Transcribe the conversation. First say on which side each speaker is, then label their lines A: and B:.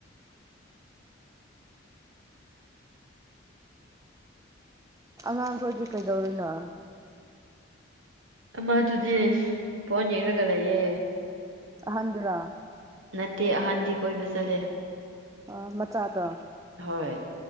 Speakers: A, on the right; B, on the right.
A: ꯑꯉꯥꯡ ꯈ‌ꯣꯏꯗꯤ ꯀꯩꯗꯧꯔꯤꯅꯣ
B: ꯑꯃ ꯑꯗꯨꯗꯤ ꯐꯣꯟ ꯌꯦꯡꯔꯒ ꯂꯩꯌꯦ꯫
A: ꯑꯍꯟꯗꯨꯔꯥ
B: ꯅꯠꯇꯦ ꯑꯍꯟꯗꯤ ꯀꯣꯏꯕ ꯆꯠꯂꯦ꯫
A: ꯑꯣ ꯃꯆꯥꯗ‌ꯣ
B: ꯍꯣꯏ